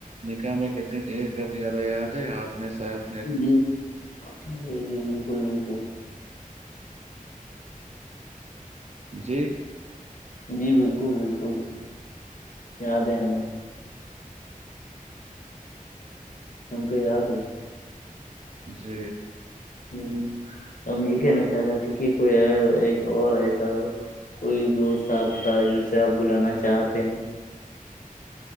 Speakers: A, on the right; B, on the left.
A: نکاح میں کتنی دیر کر دیا تھا یاد ہے آپ نے شاید
B: جی جی جی بالکل بالکل
A: جی
B: جی بالکل بالکل یاد ہے ہمیں ہمم کو یاد ہے
A: جی
B: ہ تو ہم یہ کہنا چاہ رہے تھے کہ کوئی اور ایسا کوئی دوست آپ کا جسے آپ بلانا چاہتے ہیں